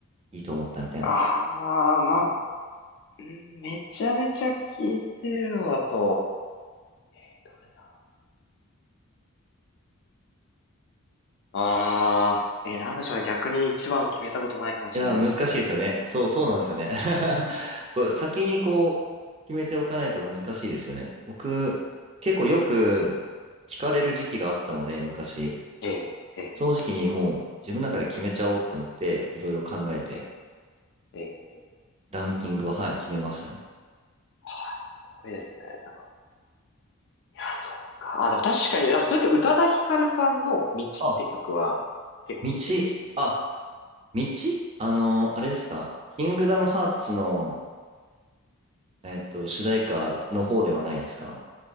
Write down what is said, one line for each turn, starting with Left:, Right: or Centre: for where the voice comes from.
Right: いいと思ったみたいな。
Left: ああ、まあ、うんめちゃめちゃ聞いてるのだと、ええ、どれだろう。ああ、ええ、なんでしょうね。逆に一番決めたことないかもしれないですね。
Right: いや、難しいですよね。そう、そうなんですよね。<laughs> これ先にこう、決めておかないと難しいですよね。僕、結構よく聞かれる時期があったので、昔。
Left: ええ、ええ。
Right: その時期にもう自分の中で決めちゃおうって思って、いろいろ考えて、
Left: ええええ
Right: ランキングは、はい、決めましたね。
Left: はい、すごいですね。なんか、いや、そうか。あ、でも確かに、でもそれって宇多田ヒカルさんの道って曲は結構聴いてるかもし
Right: あ、道、あ、道あの、あれですかキングダムハーツの、えっと、主題歌の方ではないですか